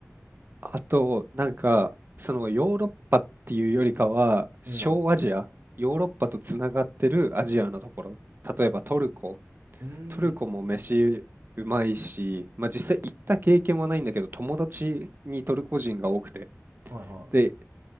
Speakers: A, on the right; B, on the right.
A: あと、なんか、そのヨーロッパっていうよりかは、小アジア、
B: うん。
A: ヨーロッパとつながってるアジアのところ、例えばトルコ、
B: うーん。
A: トルコも飯うまいし、まあ実際行った経験はないんだけど、友達にトルコ人が多くて、
B: はいは
A: で、